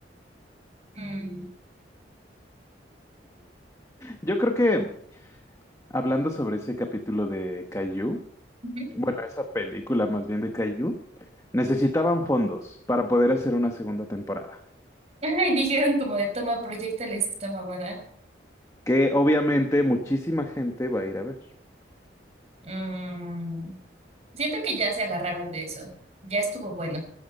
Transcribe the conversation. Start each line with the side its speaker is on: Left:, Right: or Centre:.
Right: Mm,
Left: Yo creo que hablando sobre ese capítulo de Caillou,
Right: ujú.
Left: bueno, esa película más bien de Caillou, necesitaban fondos para poder hacer una segunda temporada,
Right: <laughs> Ay, dijeron como de toma, proyectales esta mamada.
Left: que obviamente muchísima gente va a ir a ver.
Right: Mm, siento que ya se agarraron de eso. Ya estuvo bueno.